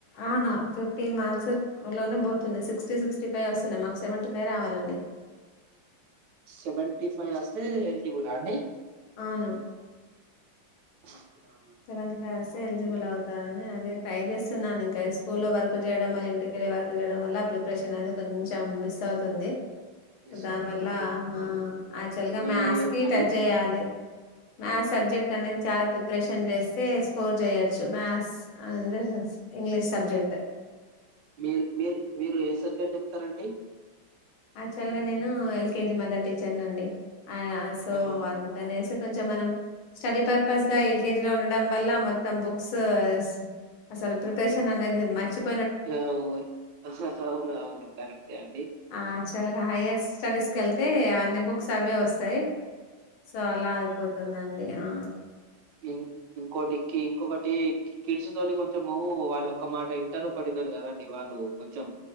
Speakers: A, on the left; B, on the right.
A: ఆ వును ఫిఫ్టీన్ మార్క్స్ లోనే పోతుంది సిక్స్టీ సిక్స్టీ ఫైవ్ ఒస్తున్నాయి మాక్ సెవెంటి ఫైవ్ రావాలండి
B: సెవేంటి ఫై ఒస్తే ఎలిజిబులా అండి
A: ఆను
B: ఆహా!
A: సెవెంత్ క్లాసే
B: ఓకే.
A: ఎలిజిబుల్ అవుతారని అదే ట్రై జేస్తున్నానింకా స్కూల్లో వర్క్ జేయడం మళ్ళ ఇంటికెళ్ళి వర్క్ చేయడం వల్ల ప్రిపరేషన్ అనేది కొంచెం మిస్స్ అవుతుంది
B: మిస్
A: సో దాని
B: అవుతున్నది.
A: వల్ల హా అక్చువల్
B: అంటే
A: గా మ్యాథ్స్ కి
B: అన్
A: టచ్ చెయ్యాలె మాథ్స్ సబ్జెక్టు అనేది చాలా ప్రిపరేష సెన్ జేస్తే స్కోర్ జేయొచ్చు మాథ్స్ <unintelligible> ఇంగ్లీష్ సబ్జెక్ట్
B: మీర్ మీర్ మీరు ఏ సబ్జెక్టు జెప్తరండీ
A: అక్చువల్ గా నేను ఎల్కేజీ మదర్ టీచర్నండి అయ్ ఆ సో
B: ఆహా!
A: అందుకనేసి కొంచం మనం స్టడీ పర్పస్ గా ఎల్కేజీ లో ఉండడం వల్ల మొత్తం బుక్స్ స్ అసల్ ప్రిపేషన్ అనేది మచిప్
B: ఇగా ఓయ్ అవును అవును కరెక్టే ఆంటీ
A: ఆక్చువల్గా హైయర్ స్టడీస్కెళ్తే అన్ని బుక్స్ అవేవొస్తాయ్ సో అలా అయిపోతుందండి ఆ
B: ఇన్ ఇంకోటి కీ ఇంకొకటి కి కిడ్స్తోని కొంచము వాళ్ళు ఒక మాట ఇంటరు ఒకటినరు కదండి వాళ్ళు లు కొంచెం